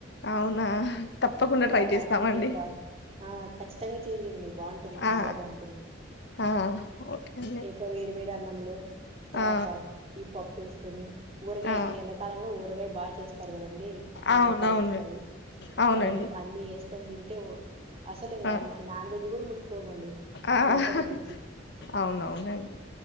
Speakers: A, on the left (about 60°); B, on the right (about 30°).
A: అవునా తప్పకుండా
B: తర్వాత
A: ట్రై చేస్తామండి
B: ఇక ఆ కఖచ్చితంగా చేయదండి బాగుంటుంది చాలా
A: ఆ
B: బాగుంటుంది
A: ఆ ఓకే అండి
B: ఇక వేడి వేడి అన్నం తర్వాత
A: ఆ
B: ఈ పప్పు వేసుకొని ఊరగాయ
A: ఆ
B: ఎండాకాలంలో ఊరగాయ బాగా చేస్తారు కదంీ మామిడికాలు
A: అవునవును
B: వస్తాయి
A: అవునండి
B: అ రెం అన్ని వేస్త కొని తింటే అసలు ఇంకా
A: ఆ
B: నాన్ వెజ్ కూడా ముట్టుకోమండి అట్లుంటుంది
A: ఆ
B: రుచి
A: అవునవునండి